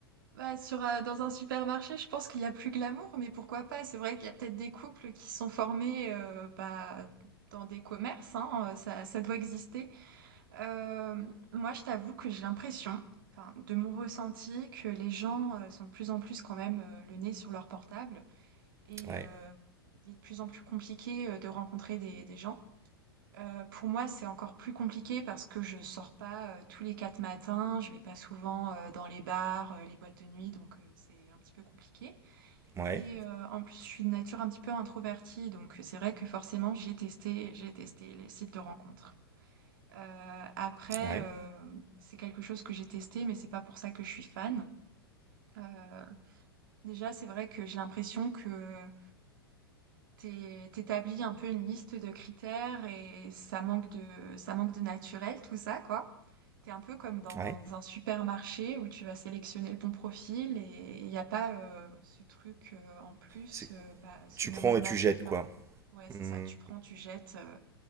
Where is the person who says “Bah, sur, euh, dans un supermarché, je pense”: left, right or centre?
Right